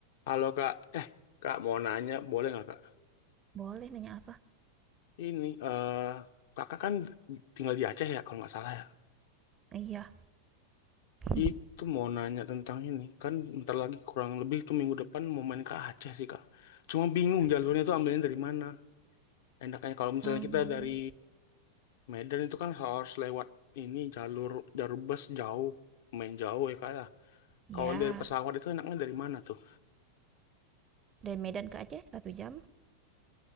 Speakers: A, on the left; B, on the right.
A: Halo kak, eh kak mau nanya boleh nggak kak?
B: Boleh nanya apa?
A: Ini eh kakak kan tinggal di Aceh ya kalau nggak salah ya.
B: Iya. <laughs>
A: Itu mau nanya tentang ini kan bentar lagi kurang lebih tuh minggu depan mau main ke Aceh sih kak. Cuma bingung
B: Asik.
A: jalurnya itu ambilnya dari mana. Enaknya kalau misalnya
B: Mmm,
A: kita dari Medan itu kan harus lewat ini jalur jalur bus jauh, main jauh ya kak ya.
B: ya,
A: Kalau dari pesawat itu enaknya dari mana tuh?
B: dari Medan ke Aceh satu jam,